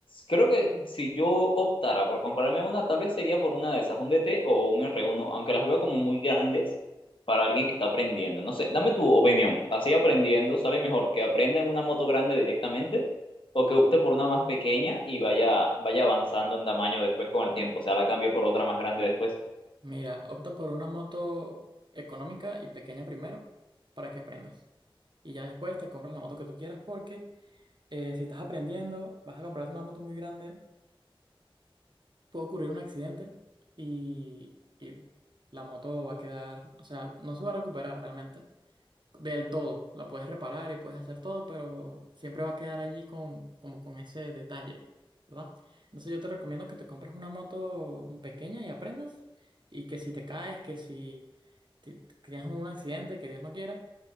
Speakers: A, on the left; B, on the right.
A: creo que si yo optara por comprarme una, tal vez sería por una de esas, un DT o un r uno aunque las veo como muy grandes para alguien que está aprendiendo. No sé, dame tu opinión. Así aprendiendo, ¿sale mejor que aprenda en una moto grande directamente o que opte por una más pequeña y vaya vaya avanzando en tamaño después con el tiempo? O sea, la cambie por otra más grande después.
B: Mira, opta por una moto económica y pequeña primero para que aprendas. y ya después te compras la moto que tú quieras porque eh, si estás aprendiendo, vas a comprarte una moto muy grande, puede ocurrir un accidente y, y la moto va a quedar, o sea, no se va a recuperar realmente del todo. La puedes reparar y puedes hacer todo, pero siempre va a quedar allí con, como con ese detalle, ¿verdad? Entonces yo te recomiendo que te compres una moto pequeña y aprendas y que si te caes, que si te- tienes un accidente, que Dios no quiera,